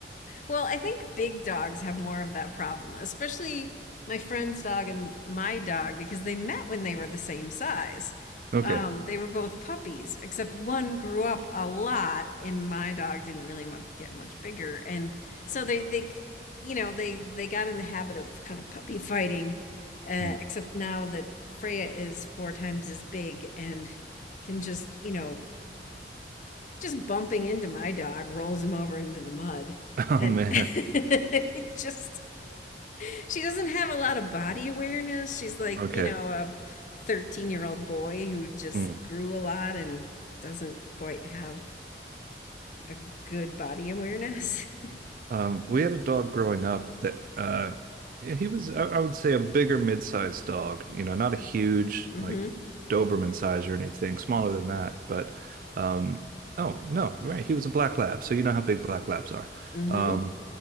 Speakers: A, on the left; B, on the right.
A: Well, I think big dogs have more of that problem, especially my friend's dog and my dog, because they met when they were the same size.
B: Okay.
A: Um, they were both puppies, except one grew up a lot, and my dog didn't really much, get much bigger. And so they, they, you know, they they got in the habit of kind of puppy fighting, uh,
B: Mm.
A: except now that Freya is four times as big and can just, you know, just bumping into my dog rolls him over into the mud.
B: <laughs> Oh
A: And
B: man.
A: <laughs> it just, she doesn't have a lot of body awareness. She's like,
B: Okay.
A: you know, a 13 year old boy who just
B: Mm.
A: grew a lot and doesn't quite have a good body awareness. <laughs>
B: Um, we had a dog growing up that uh, yeah, he was, I, I would say, a bigger mid-sized dog. You know, not a huge
A: hmm
B: like Doberman size or anything, smaller than that. But um, oh no, right, he was a black lab, so you know how big black labs are.
A: hmm
B: Um,